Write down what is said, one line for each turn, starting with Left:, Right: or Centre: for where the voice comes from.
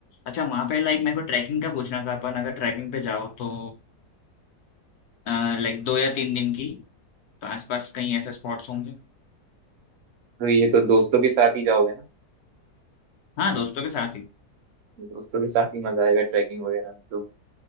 Left: अच्छा वहां पे लाइक मेरे को ट्रैकिंग का पूछना था अपन अगर ट्रैकिंग पे जाओ तो लाइक दो या तीन दिन की तो आसपास कहीं ऐसे स्पॉट्स होंगे
Right: तो ये तो दोस्तों के साथ ही जाओगे ना
Left: हाँ दोस्तों के साथ ही
Right: दोस्तों के साथ ही मजा आएगा ट्रैकिंग वगैरह में तो